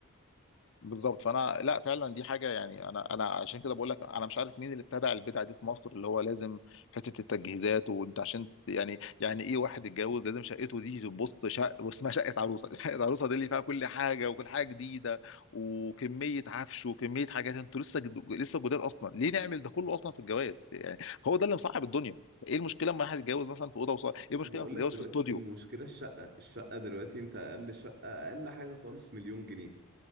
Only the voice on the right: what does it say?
وبقول
لك دلوقتي
المشكلة الشقة الشقة دلوقتي انت اقل شقة اقل حاجة خالص مليون جنيه